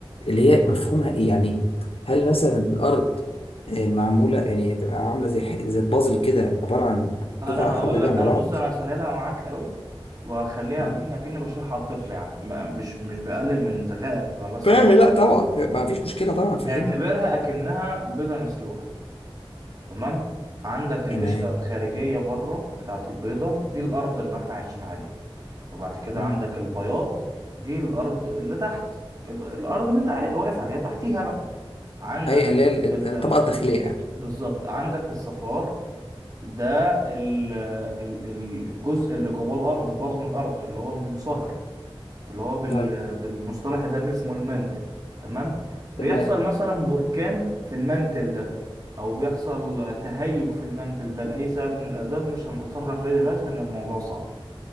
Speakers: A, on the left; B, on the right.
A: اللي هي مفهومها ايه يعني هل مثلا الأرض آه، معمولة يعني تبقى عاملة زي ح- زي البازل كده عبارة عن
B: انا
A: قطع
B: هقول
A: أرضية
B: لك
A: جنب
B: انا
A: بعض
B: بص انا هسهلها معاك قوي وهخليها
A: مم.
B: اكني اكني بشرحها لطفل يعني م- مش مش بقلل من ذكائك انا بس
A: فاهم
B: ببقى.
A: لا طبعا ما فيش مشكلة طبعا فاهمني
B: اعتبرها اكنها بيضه مسلوقه تمام عندك القشره
A: تمام
B: الخارجيه بره بتاعه البيضه دي الارض اللي احنا عايشين عليها وبعد كده
A: مم.
B: عندك البياض دي الارض اللي تحت ال- الارض اللي انت واقف عليها تحتيها بقى عندك
A: أي اللي هي ال- ال-
B: ال...
A: الطبقة الداخلية يعني
B: بالظبط عندك الصفار ده ال- ال- ال- الجزء اللي جوه الارض بطن الارض اللي هو المنصهر اللي هو بال-
A: طيب
B: بالمصطلح الدارجي اسمه المانتل تمام بيحصل
A: تمام
B: مثلا بركان في المانتل ده او بيحصل تهيج في المانتل ده لاي سبب من الاسباب مش هنتطرق ليه دلوقتي لان الموضوع صعب